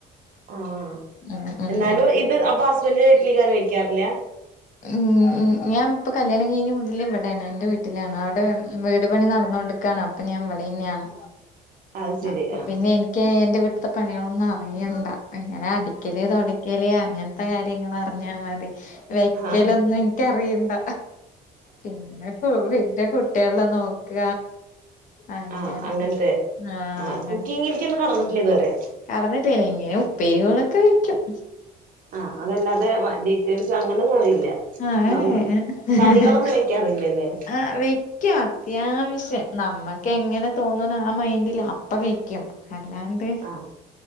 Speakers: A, on the right (about 55°); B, on the left (about 50°).
A: ആഹ്
B: ഉം ഉം
A: എന്നാലും
B: ഉം
A: ഇത് അപ്പൊ ഹസ്ബൻഡന്റെ വീട്ടിൽ കറി വക്കാറില്ല
B: ഉം ഉം ഞാനിപ്പൊ കല്യാണം കഴിഞ് മുതൽ ഇവിടെണ് എൻ്റെ വീ വീട്ടിലാണ് അവിടെ വീട് പണി നടന്ന കൊണ്ടിക്കാണ് അപ്പൊ ഞാൻ ഇവിടെന്നെയാണ്
A: അത് ശരി
B: അപ്പൊ
A: ആഹ്
B: പിന്നെ എനിക്ക് എന്റെ വീട്ട്ത്തെ പണികളൊന്നും അറിയണ്ട ഇങ്ങനെ അടി വക്കല് തുടക്കല് അങ്ങൻത്തെ കാര്യങ്ങൾ അറിഞ്ഞാ മതി വെക്കലൊന്നും
A: ആഹ്
B: ക്കറിയണ്ട പിന്നെ വന്റെ കുട്ടികളെ നോക്ക അങ്ങനെ
A: ആഹ് അങ്ങനത്തെ
B: ആഹ് അങ്ങന
A: കുക്കിങ്ങിലേക്കൊന്നും കടന്നിട്ടില്ല ഇതുവരെ
B: കടന്ന തേങ്ങ ഉപ്പേരികളൊക്കെ വയ്ക്കും
A: ആഹ് അതല്ലാതെ ഡീറ്റെയിൽസ് അങ്ങനെയൊന്നും അറിയില്ല
B: ആഹ്
A: നന്ന
B: എഹ്
A: കറികളൊന്നും വെക്കാറില്ലല്ലേ
B: ആഹ് വെ ക്ക്‌ അത്യാവശ്യം നമ്മുക്ക് എങ്ങനെ തോന്നുന്നാ മൈൻഡില് അപ്പ വെക്കും അല്ലാണ്ട്
A: ആഹ്